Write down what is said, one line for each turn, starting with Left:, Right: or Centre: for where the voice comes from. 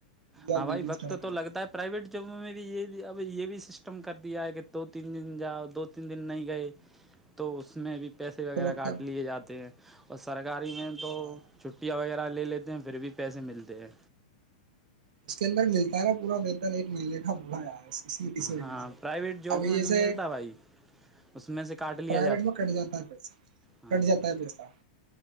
Right: خود کا
Centre: ہاں بھائی
Right: بزنس
Centre: وقت
Right: کھڑا کرنا
Centre: تو لگتا ہے پرائیویٹ جب ہمیں بھی یہ بھی اب یہ بھی سسٹم کر دیا ہے کہ دو تین دن جاؤ دو تین دن نہیں گئے تو اس میں بھی پیسے وغیرہ
Right: تو مطلب
Centre: کاٹ لیے جاتے ہیں اور سارا گاری میں تو
Right: ہاں
Centre: چھٹیاں وغیرہ پ لے لیتے ہیں پھر بھی پیسے ملتے ہیں
Right: اس کے اندر ملتا ہے نا پورا ویتن ایک مہینے کا مڑا آیا اس کا اس و
Centre: ہاں پرائیویٹ جاب
Right: ابھی
Centre: میں
Right: جیسے
Centre: نہیں ملتا بھائی اس میں سے کاٹ لیا
Right: پرائیویٹ میں کٹ جاتا ہے پ
Centre: ہاں
Right: کٹ
Centre: جی
Right: جاتا ہے پیسہ